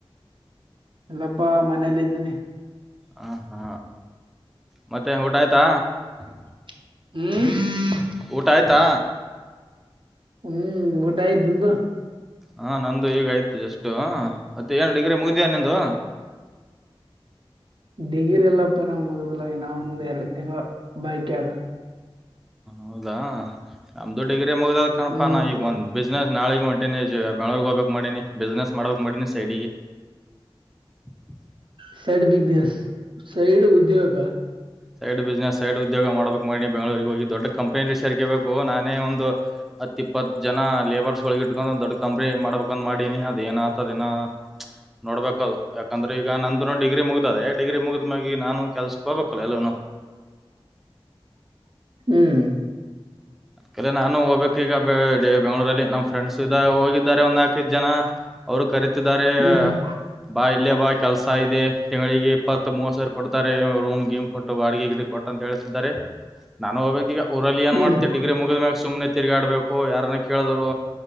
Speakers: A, on the right; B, in the centre.
A: ಅಲ್ಲಪ್ಪಾ ಮನೇಲ್ಲ ಇದ್ದೀನಿ
B: ಹಾ ಹಾ ಮತ್ತೆ ಊಟ ಆಯ್ತಾ
A: ಹ್ಮ
B: ಊಟ ಆಯ್ತಾ
A: ಹ್ಮ್ ಊಟ ಆಯ್ದಂತ
B: ಹಾ ನಂದು ಈಗ ಆಯ್ತು ಜಸ್ ಮತ್ತೆ ಏನ್ ಡಿಗ್ರಿ ಮುಗಿದಿಯಾ ನಿಂದು
A: ಡಿಗಿರಿ ಎಲ್ಲಪ್ಪನ ಮುದಲ ಇನ ಒಂದ್ ಎರಡ್ ತಿಂಗ ಬಾಯಕಿ ಅದ
B: ಹೌದಾ ನಮ್ದು ಡಿಗ್ರಿ ಮುಗ್ದಲ್ ಕಣಪ
A: ಹ್ಮ್
B: ನಾ ಈಗ ಒಂದ ಬಿಸ್ನೆಸ್ ನಾಳೆ ಮಂಟಿನಿ ಬೆಳೋರ್ಗ್ ಹೋಗ್ಬೇಕಕ್ ಮಾಡೀನಿ ಬಿಸ್ನೆಸ್ ಮಾಡಬೇಕಕ್ ಮಾಡೀನಿ ಸೈಡಿಗೆ <unintelligible>
A: ಸೈಡ್ ಬಿಸ್ನೆಸ್ ಸೈಡ್ ಉದ್ಯೋಗ
B: ಸೈಡ್ ಬಿಸ್ನೆಸ್ ಸೈಡ್ ಉದ್ಯೋಗ ಮಾಡ್ಬೇಕು ಮಾಡಣಿ ಬೆಂಗಳೂರಿಗೆ ಹೋಗಿ ದೊಡ್ಡ ಕಂಪ್ನಿಯಲ್ಲಿ ಸೇರ್ಕಬೇಕು ನಾನೇ ಒಂದು ಹತ್ತು ಇ ಇಪ್ಪತ್ತು ಜನ ಲೇಬರ್ಸ್ಗಳಗ ಇಟ್ಕೊಂಡು ಒದೊಡ್ ಕಂಪ್ನಿ ಮಾಡ್ಬೇಕಂದ್ ಮಾಡೀನಿ ಅದ ಏನ ಆತದಿನ ನೋಡ್ಬೇಕದು ಯಾಕಂದ್ರೆ ಈಗ ನಂದು ನ ಡಿಗ್ರಿ ಮುಗ ದೆ ಡಿಗ್ರಿ ಮುಗಿದ್ ಮಿ ನಾನು ಕೆಲ್ಸಕ್ಕೆ ಹೋಗ್ಬೇಕಲ್ಲ ಎಲ್ಲ
A: ಹ್ಮ್
B: ಅಕಲ ನಾನು ಹೋಗ್ಬೇಕು ಈಗ ಬೆಂಗ್ಗಳೂರಲ್ಲಿ ನಮ್ ಫ್ರೆಂಡ್ಸ್ ಇದ ಹೋಗಿದ್ದಾರೆ ಒಂದಕೈ ಜನ ಅವರು ಕರೀತಿದ್ದಾರೆ
A: ಹ್ಮ್ ಹ್ಮ್
B: ಬಾ ಇಲ್ಲಿಯ ಬಾ ಕೆಲ್ಸ ಇದೆ ತಿಂಗಳಿಗೆ ಇಪ್ಪತ್ತು ಮೂವ ಸಾವಿರ ಕೊಡ್ತಾರೆ ರೂಮ್ ಗಮ್ ಕೊಟ್ಟು ಬಾಡಿಗೆ ಗಡ ಕೊಟ್ಟು ಅಂತ ಹೇಳ್ತಿದ್ದಾರೆ ನಾನು ಹೋಗಬಬೇಕಕ್ ಈಗಊರಿ ಏನ್
A: ಹ್ಮ್
B: ಮಾಡ್ತ ಗ ಮ್ಯಾಗ ಸುಮನೆ ತಿರ್ಗಾಡ್ಬೇಕು ಯಾರನ್ನ ಕೇಳಿದ್ರು